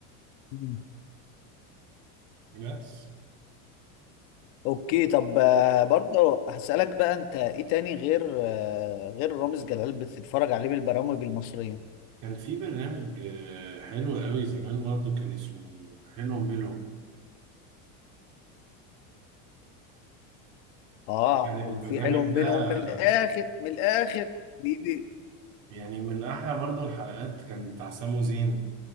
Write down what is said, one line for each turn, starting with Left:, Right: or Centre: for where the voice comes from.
Left: مم.
Right: بس
Left: أوكي طب آه، برضه هسألك بقى أنت إيه تاني غير آه، غير رامز جلال بتتفرج عليه من البرامج المصرية
Right: كان في برنامج آه، حلو قوي زمان برضو كان اسمه حلو ميلو
Left: آه
Right: كان البرنامج
Left: وفي حلو بينهم
Right: ده
Left: من الآخر من الآخر بيدي
Right: يعني من احلى برضو الحلقات كان بتاع سامو زين